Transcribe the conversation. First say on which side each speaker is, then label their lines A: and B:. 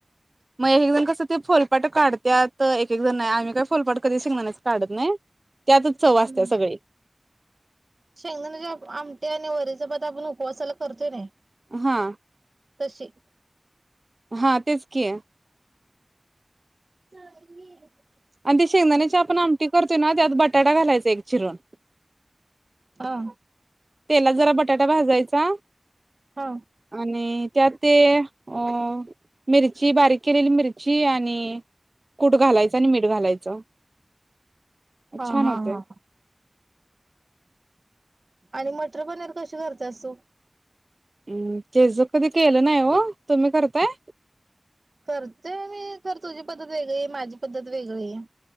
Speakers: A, on the right; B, on the right.
A: मग एक एक जण कसं ते फोलपाट काढत्यात एक एक जण नाही आम्ही काय फोलपाट कधी शेंगदाण्याचं काढत नाही त्यातच चव असत्या
B: हम्म
A: सगळी
B: शेंगदाण्याच्या आमटी आणि वरीचा भात आपण उपवासाला करतोय नाही
A: हा.
B: तशी.
A: हा तेच की आहे.
B: ह.
A: आणि ते शेंगदाण्याची आपण आमटी करतोय ना त्यात बटाटा घालायचा एक चिरून
B: ह
A: तेलात जरा बटाटा भाजायचा
B: हा
A: आणि त्यात ते अ मिरची बारीक केलेली मिरची आणि आणि कूट घालायच आणि मीठ घालायचं
B: हा
A: छान
B: हा
A: होतंय
B: हा आणि मटर पनीर कशी करतेस तू
A: हम् ते ज कधी केलं नाही हो तुम्ही करताय.
B: करतेय मी खर तुझी पद्धत वेगळी आहे माझी पद्धत वेगळी आहे.